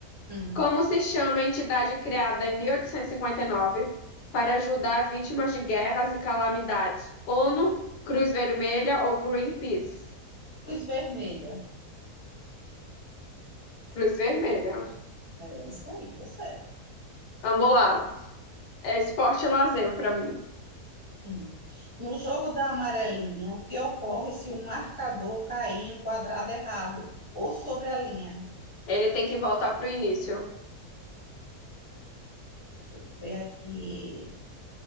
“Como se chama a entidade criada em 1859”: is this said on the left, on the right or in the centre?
Left